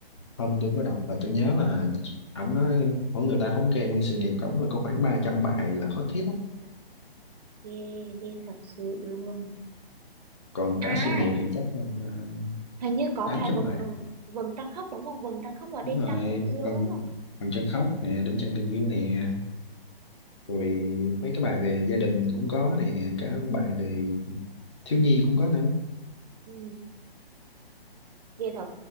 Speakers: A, on the left; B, on the right.
A: hôm tôi có đọc và tôi nhớ là ổng nói mỗi người ta thống kê nguyên sự nghiệp của ổng là có khoảng 300 bài là hot hit đó.
B: Ghê, ghê thật sự luôn.
A: Còn
B: À,
A: cả sự nghiệp thì chắc là ờ,
B: hình như có
A: tám
B: bài
A: trăm
B: vầng
A: bài
B: vầng trăng khóc đúng không? Vầng trăng khóc và đêm
A: đúng rồi
B: trăng tình yêu
A: bằng
B: đúng không?
A: bằng chân khóc nè đêm trăng tình yêu nè
B: Ừ,
A: rồi mấy cái bài về gia đình cũng có nè cả bài về thiếu nhi cũng có nữa
B: ừ. Ghê thật.